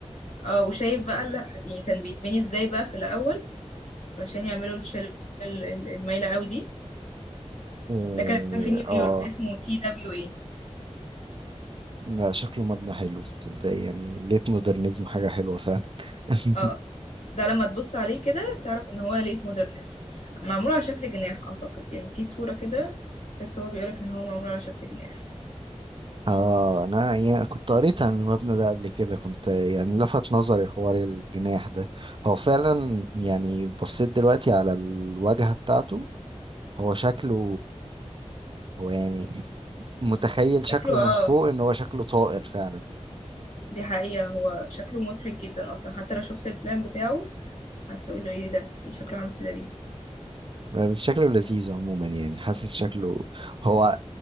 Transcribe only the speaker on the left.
اه وشايف بقى ال- يعني كان بيتبني ازاي بقى في الأول علشان يعملوا الشلة ال- ال- المايلة قوي دي
ده كان في نيويورك
اسمه تي دبليو اي
اه ده لما تبص عليه كده تعرف ان هو ليت مودرنزم معمول على شكل جناح اعتقد يعني في صورة كده تحس هو بيقولك ان هو معمول على شكل جناح
شكله اه
دي حقيقة هو شكله مضحك جدا اصلا حتى لو شفت البلان بتاعه هتقول ايه ده ايه شكله عامل كده ليه